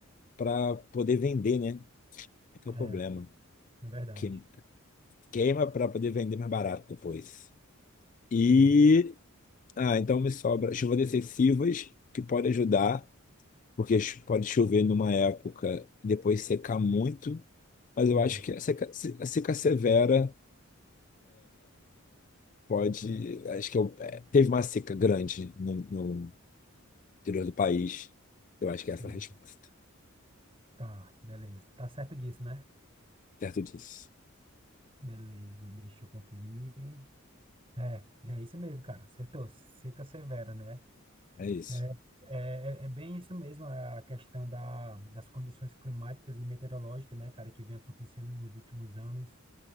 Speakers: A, on the left; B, on the right.
A: para poder vender, né? É que é o
B: É,
A: problema.
B: é verdade.
A: Que- Queima para poder vender mais barato depois.
B: Sim,
A: E. Ah, então me sobra chuvas excessivas que podem ajudar, porque cho- pode chover numa época e depois secar muito Mas
B: isso.
A: eu acho que a seca, se- a seca severa pode. Acho que eu, é, teve uma seca grande no, no interior do país. Eu acho
B: Sim,
A: que essa é a resposta.
B: tá, beleza. Tá certo disso, né?
A: Certo disso.
B: Beleza, deixa eu conferir. É, é isso mesmo, cara. Acertou. Seca severa, né?
A: É isso.
B: É, é, é é bem isso mesmo, é a questão da, das condições climáticas e meteorológicas, né, cara, que vem acontecendo nos últimos anos.